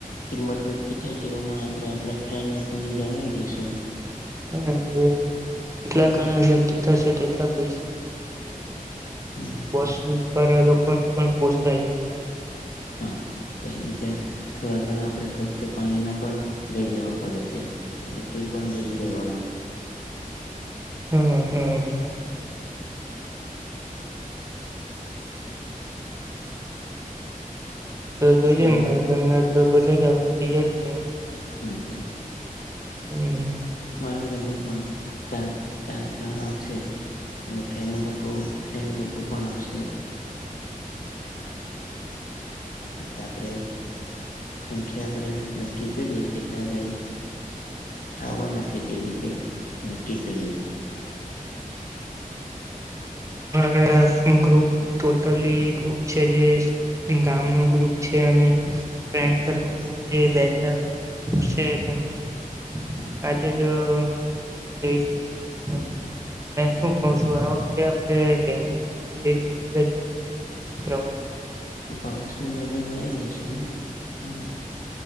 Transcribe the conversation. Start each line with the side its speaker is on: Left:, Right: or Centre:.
Left: કિંમત નક્કી થાય તેવામા. આપે આપણા ફેન લોકોને જણાવી દઈશુ.
Right: હા એટલે જેટલા ઘણા વ્યક્તિ થશે તેટલા પૈસા ઓછા કાઢવા પડશે.
Left: હમ
Right: એટલે બસ વાળા લોકોને પણ પોસાય એમ.
Left: હા પછ બીજા થોડા ઘણા આપણે ખચ્ચા પાણીના પણ લઈ જવા પડે છે. એટલે તે પણ લઈ લેવાનું.
Right: હમ્મ હમ્મ. એમ તો જોઈએ
Left: તમે
Right: મારા ઘરના તો બધા જ આવા તૈયાર છે.
Left: હમ્મ હમ્મ.
Right: હમ્મ.
Left: મારા ઘરના પણ ચાર ચાર જણા આવશે. અને ફેના લોકો ફ્રેન્ડ લોકો પણ આવશે. એટલે આપડે સંખ્યા આપડે નક્કી કરીએ. કેટલા જાય આવવાના છે તે રીતે નક્કી કરીએ.
Right: રા ગ્રુપ ટોટલી ગ્રુપ છે જે. ગામ નુ ગ્રુપ છે અને. ફ્રેન્ડ
Left: હમ
Right: સર્કલ
Left: હમ.
Right: નો જે બે ચાર છે તેમાં
Left: હા.
Right: કાજે જ લખી દઈશ મેસેજ મે
Left: હ
Right: ક શું. <inaudible> આપણે બેનર બનાવી દઈ ચય છે આપ પ્રવાસ ન
Left: પ્રવાસ નની બેનર બનાઈ જઈશું ને હમ્મ.